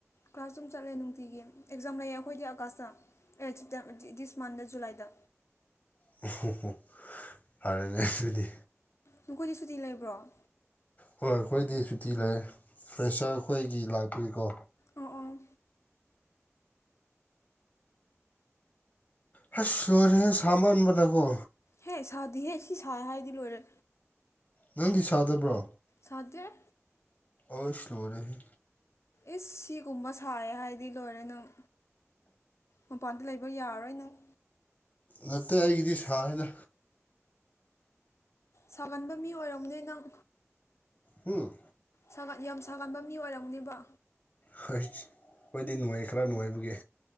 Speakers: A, on the left (about 60°); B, on the left (about 30°).
A: ꯀ꯭ꯂꯥꯁ ꯑꯗꯨꯝ ꯆꯠꯂꯦ ꯅꯨꯡꯇꯤꯒꯤ ꯑꯦꯛꯖꯥꯝ ꯂꯩꯌꯦ ꯑꯈꯣꯏꯗꯤ ꯑꯀꯥꯁꯇ ꯑꯦ <unintelligible> ꯗꯤꯁ ꯃꯟꯗ ꯖꯨꯂꯥꯏꯗ
B: <unintelligible> ꯐꯔꯦꯅꯦꯑꯗꯨꯗꯤ
A: ꯅꯈꯣꯏꯗꯤ ꯁꯨꯇꯤ ꯂꯩꯕ꯭ꯔꯣ ꯑꯣ
B: ꯍꯣꯏ ꯑꯈꯣꯏꯗꯤ ꯁꯨꯇꯤ ꯂꯩꯌꯦ ꯐ꯭ꯔꯦꯁꯔ ꯈꯣꯏꯒꯤ ꯂꯥꯛꯄꯒꯤꯀꯣ
A: ꯑꯣ ꯑꯣ
B: ꯍꯁ ꯂꯨꯔꯦ ꯁꯥꯃꯟꯕꯅꯀꯣ
A: ꯍꯦ ꯁꯥꯗꯦꯍꯦ ꯁꯤ ꯁꯥꯏ ꯍꯥꯏꯗꯤ ꯂꯣꯏꯔꯦ
B: ꯅꯪꯗꯤ ꯁꯥꯗꯕ꯭ꯔꯣ
A: ꯁꯥꯗꯦꯍ
B: ꯑꯁꯂꯣꯔꯦꯍꯦ
A: ꯏꯁ ꯁꯤꯒꯨꯝꯕ ꯁꯥꯏꯌꯦ ꯍꯥꯏꯗꯤ ꯂꯣꯏꯔꯦ ꯅꯪ ꯃꯄꯥꯟꯗ ꯂꯩꯕ ꯌꯥꯔꯔꯣꯏ ꯅꯪ
B: ꯅꯠꯇꯦ ꯑꯩꯒꯤꯗꯤ ꯁꯥꯏꯌꯦꯅ
A: ꯁꯥꯒꯟꯕ ꯃꯤ ꯑꯣꯏꯔꯝꯅꯤ ꯅꯪ
B: ꯍꯨꯝ
A: ꯁꯥꯒꯟ ꯌꯥꯝ ꯁꯥꯒꯟꯕ ꯃꯤ ꯑꯣꯏꯔꯝꯅꯦꯕ
B: ꯍꯣꯏ ꯍꯣꯏꯗꯤ ꯅꯨꯡꯉꯥꯏ ꯈꯔ ꯅꯨꯡꯉꯥꯏꯕꯒꯤ